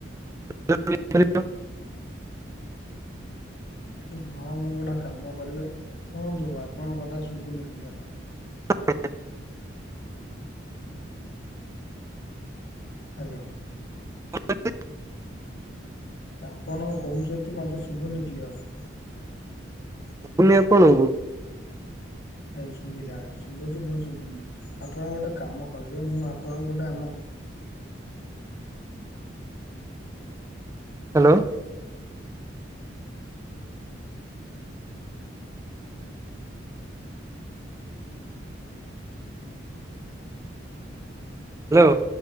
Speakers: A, on the right (about 15°); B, on the left (about 60°).
A: <unintelligible> <unintelligible>
B: ହଁ ମୁଁ ଗୋଟେ କାମ କରିବି ଶୁଣନ୍ତୁ ଆପଣଙ୍କ କଥା ଶୁଭୁନି କ୍ଲିୟର୍।
A: <unintelligible>
B: ହ୍ୟାଲୋ।
A: ହ <unintelligible>
B: ଆପଣ କହୁଛନ୍ତି ମତେ ଶୁଭୁନି କ୍ଲିଅର ‌।
A: ଶୁଭୁନି ଆପଣଙ୍କୁ
B: ଏଇ ଶୁଭିଲା ଶୁଭୁଛି ପୁଣି ଶୁଭୁନି ଆପଣ ଗୋଟେ କାମ କରିବେ ମୁଁ ଆପଣ ଗୋଟେ ଆମ
A: ହ୍ୟାଲୋ। ହ୍ୟାଲୋ।